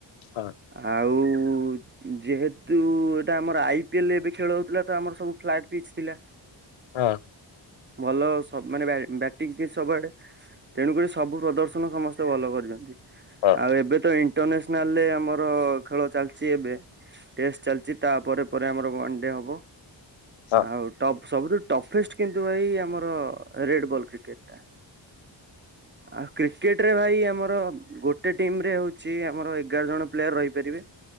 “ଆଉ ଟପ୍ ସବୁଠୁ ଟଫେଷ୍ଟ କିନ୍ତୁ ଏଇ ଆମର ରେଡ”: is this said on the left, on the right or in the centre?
Right